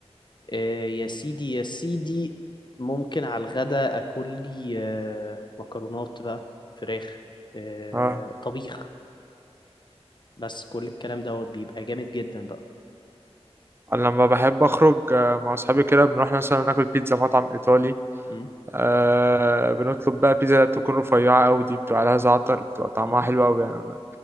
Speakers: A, on the left; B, on the right.
A: آه يا سيدي يا سيدي ممكن على الغدا اكل لي آه مكرونات بقى فراخ آه
B: اه
A: طبيخ بس كل الكلام دوت بيبقى جامد جدا بقى
B: انا لما بحب اخرج آه، مع اصحابي كده بنروح مثلا ناكل بيتزا مطعم ايطالي
A: م?
B: آه بنطلب بقى بيتزا بتكون رفيعة أوي دي بتبقى عليها زعتر بتبقى طعمها
A: م?
B: حلو أوي يعني, أنا-